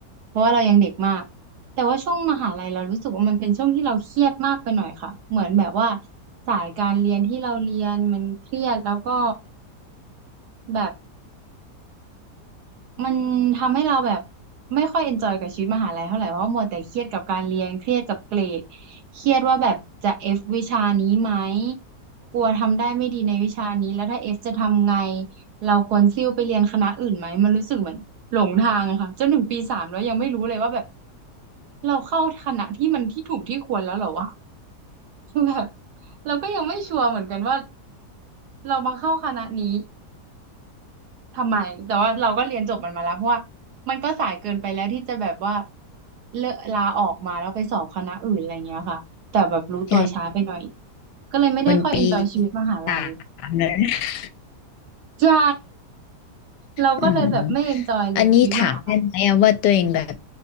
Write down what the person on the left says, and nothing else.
ใช่
มันปีสามแล้วนะ
อืมอันนี้ถามได้ไหมอะว่าตัวเองแบบ